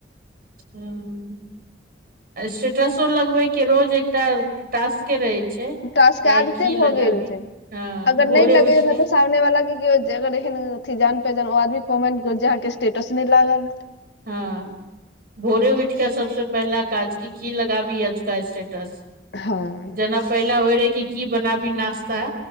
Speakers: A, on the right; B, on the left.
A: हूँ। स्टेटसो लगबेै के रोज एकटा। टास्के रहेै छै की
B: टास्क के आदते
A: आय की
B: भऽ
A: लगाबी
B: गेल छै
A: ह
B: अगर
A: भोरे
B: नहि लगैयौ
A: उठके।
B: ने तऽ सामने वाला के अगर एहन अ जान- पान आदमी कमेंट कर जे आहाँ के स्टेटस नैय लागल।
A: ह भोरे उठ केऽ सबसे पहिला काज की की लगाबी ओजुका स्टेटस।
B: हँ
A: जेना पहिला होय रहै कि की बनाबी नास्ता।